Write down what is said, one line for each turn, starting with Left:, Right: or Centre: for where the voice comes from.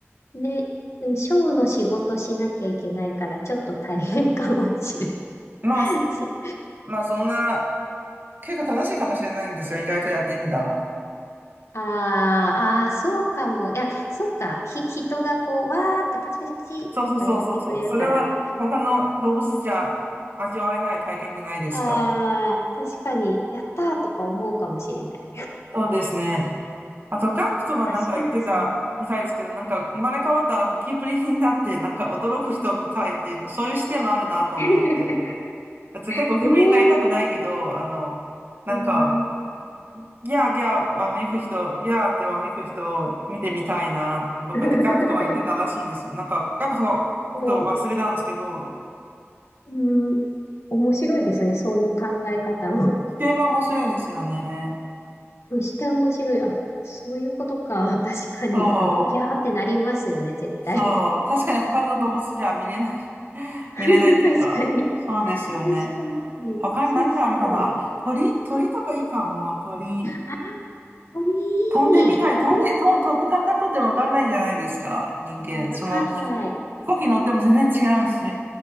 Left: ね、でも、ショーの仕事しなきゃいけないから、ちょっと大変かもしれ
Right: まあ、す
Left: ん。<laughs> し
Right: まあ、そんな、結構楽しいかもしれないんですよ、意外とやってみたら。
Left: あーあー、そうかも。いや、そっか。ひ、人がこう、わーってパチパチパチとかやってくれるから、
Right: そうそうそうそうそう。それは他の動物じゃ味わえない体験じゃないですか。
Left: ああ、確かに、やったーとか思うかもしれない。
Right: そうですね。あと、ガクトがなんか言ってたみたいですけど、
Left: あ、そうですね。
Right: なんか生まれ変わったらゴキブリになって、なんか驚く人を見たいっていうの、そういう視点もあるなと思って。
Left: <laughs>
Right: 絶対ゴキブリになりたくないけど、
Left: ええ
Right: あの、なんか、
Left: うーうん。
Right: ギャーギャーわめく人、ギャーってわめく人を見てみたいなとかってガクトが言ってたらしいんですよ。
Left: <laughs>
Right: なんか、ガクトがちょっと忘れたんですけど、
Left: えーうん、面白いですね、その考え方も。
Right: 視点が面白いですよね。
Left: そして面白い。あ、そういうことか。<laughs> 確かに。
Right: そ
Left: だって、ギャーってなりますよね、
Right: う、
Left: 絶対。
Right: そう。確かに他の動物じゃ見れない。<laughs>
Left: <laughs>
Right: 見れないっていうか、
Left: 確かに。
Right: そうですよね。
Left: 確かに。
Right: 他に何があるかなあ、
Left: そうそう。
Right: 鳥、鳥とかいいかも。鳥、
Left: あー、鳥。
Right: 飛んでみたい。飛んで、
Left: 鳥。
Right: と飛ぶ感覚ってわかんないんじゃないですか、人間。
Left: あー、わかんない。
Right: その飛行、飛行機乗っても全然違うし。